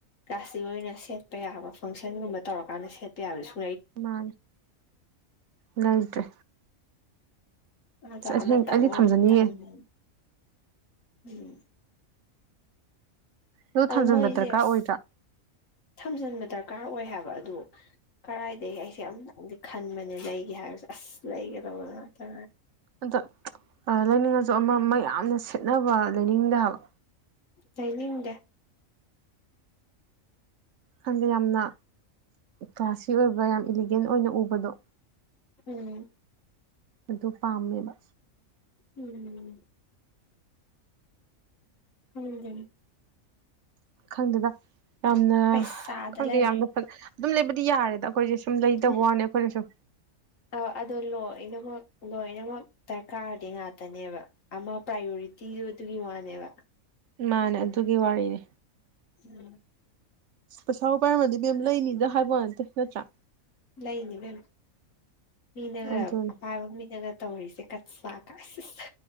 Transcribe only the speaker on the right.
ꯃꯥ ꯉꯪꯗꯔꯤ
ꯑꯁꯦꯡ
ꯑꯩꯗꯤ
ꯊꯝꯖꯅꯤꯡꯉꯦ
ꯑꯗꯨ
ꯊꯝꯖꯤꯟꯕ
ꯗꯔꯀꯥꯔ
ꯑꯣꯏꯗ꯭ꯔꯥ
ꯑꯗ ꯂꯩꯅꯤꯡꯉꯁꯨ ꯑꯃ ꯑꯃ ꯌꯥꯝꯅ ꯁꯦꯠꯅꯕ ꯂꯩꯅꯤꯡꯗ ꯍꯥꯏꯕ
ꯈꯪꯗꯦ ꯌꯥꯝꯅ ꯀ꯭ꯂꯥꯁꯤ ꯑꯣꯏꯕ ꯌꯥꯝ ꯏꯂꯤꯒꯦꯟ ꯑꯣꯏꯅ ꯎꯕꯗꯣ
ꯑꯗꯨ ꯄꯥꯝꯃꯦꯕ
ꯈꯪꯗꯗ ꯌꯥꯝꯅ
ꯈꯪꯗꯦ
ꯌꯥꯝꯅ ꯑꯗꯨꯝ ꯂꯩꯕꯗꯤ ꯌꯥꯔꯦꯗ ꯑꯩꯈꯣꯏꯁꯦ ꯁꯨꯝ ꯂꯩꯇꯕ
ꯋꯥꯅꯦ ꯑꯩꯈꯣꯏꯅꯁꯨꯨꯝ
ꯃꯥꯅꯦ ꯑꯗꯨꯒꯤ ꯋꯥꯔꯤꯅꯤ
ꯄꯩꯁꯥꯕꯨ ꯄꯥꯏꯔꯝꯃꯗꯤ ꯕꯦꯝ ꯂꯩꯅꯤꯗ ꯍꯥꯏꯕ ꯋꯥ ꯅꯠꯇꯦ ꯅꯠꯇ꯭ꯔꯥ
ꯑꯗꯨꯅꯤ